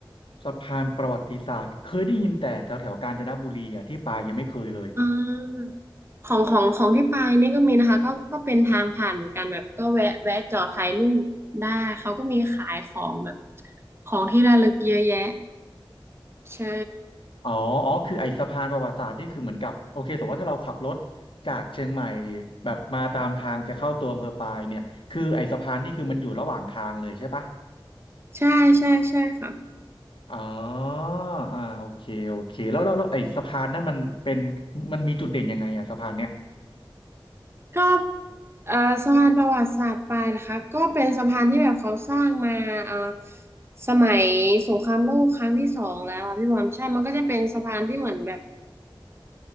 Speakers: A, on the left; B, on the right.
A: สะพานประวัติศาสตร์เคยได้ยินแต่แถวแถวกาญจนบุรีอ่ะที่ปายยังไม่เคยเลย
B: อ่าของของของที่ไปนี่ก็มีนะคะก็ก็เป็นทางผ่านเหมือนกันแบบก็แวะแวะจอดถ่ายรูปได้เขาก็มีขายของแบบของที่ระลึกเยอะแยะใช่
A: อ๋ออ๋อคือไอ้สะพานประวัติศาสตร์นี่คือเหมือนกับโอเคสมมติว่าถ้าเราขับรถจากเชียงใหม่แบบมาตามทางจะเข้าตัวอำเภอปายเนี่ยคือไอ้สะพานนี่คือมันอยู่ระหว่างทางเลยใช่ปะ
B: ใช่ใช่ใช่ค่ะ
A: อ๋ออ่าโอเคโอเค แล้วแล้วแล้วไอ้สะพานนั่นมันเป็นมันมีจุดเด่นยังไงอะสะพานเนี่ย
B: ก็เอ่อสะพานประวัติศาสตร์ปลายนะคะก็เป็นสะพานที่แบบเขาสร้างมาเอ่อสมัยสงครามโลกครั้งที่สองแล้วอะพี่บอลใช่มันก็จะเป็นสะพานที่เหมือนแบบ